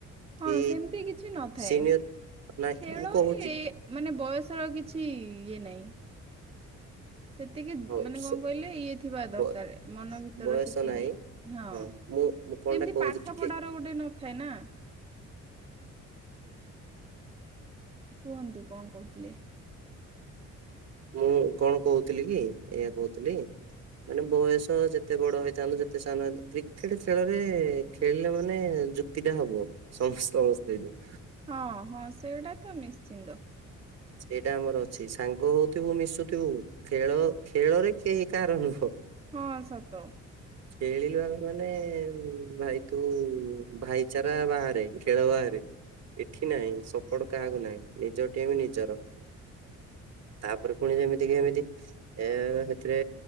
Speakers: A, on the right; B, on the right.
A: ହଁ
B: କି
A: ସେମିତି କିଛି ନଥାଏ।
B: ସିନିୟର, ନାଇଁ
A: ଖେଳରେ
B: ମୁଁ କହୁଚି
A: ମାନେ ବୟସର କିଛି ଇଏ ନାହିଁ। ସେତିକି
B: ହଁ
A: ମାନେ
B: ସ-
A: କଣ କହିଲେ ଇଏ ଥିବା ଦରକାର
B: ବ
A: ମନ ଭିତର
B: ବୟସ
A: ସେତିକି
B: ନାହିଁ
A: ହଁ
B: ମୁଁ ମୁଁ କଣଟା
A: ଯେମିତି
B: କହୁଛି
A: ପାଠ
B: ଟିକେ
A: ପଢାର ଗୋଟେ ନ ଥାଏନା। କୁହନ୍ତୁ କଣ କହୁଥିଲେ?
B: ମୁଁ କଣ କହୁଥିଲିକି ଏଇଆ କହୁଥିଲି ମାନେ ବୟସ ଯେତେ ବଡ଼ ହେଇଥାନ୍ତୁ ଯେତେ ସାନ ହୋଇଇ କ୍ରିକେଟ୍ ଖେଳରେ ଖେଳିଲେ ମାନେ ଯ ତିଟା ହବ ସମସ୍ତେ ସମସ୍ତେ ଏଇଠୁ
A: ହଁ ହଁ ସେଇଟାତ ନିଶ୍ଚିନ୍ତ।
B: ସେଇଟା ଆମର ଅଛି ସାଙ୍ଗ ହଉଥିବୁ ମିଶୁଥିବୁ ଖେଳ ଖେଳରେ କେହି କାହାର ନୁହଁ।
A: ହଁ ସତ।
B: ଖେଳିଲୁ ଆମେ ମାନେ ଭାଇ ତୁ ଭାଇଚାରା ବାହାରେ ଖେଳ ବାହାରେ। ଏଠି ନାହିଁ ସପୋର୍ଟ କାହାକୁ ନାହିଁ ନିଜ ଟିମ୍ ନିଜର। ତାପରେ ପୁଣି ଯେମିତି କିି ଏମିତି ଏ ସେଥିରେ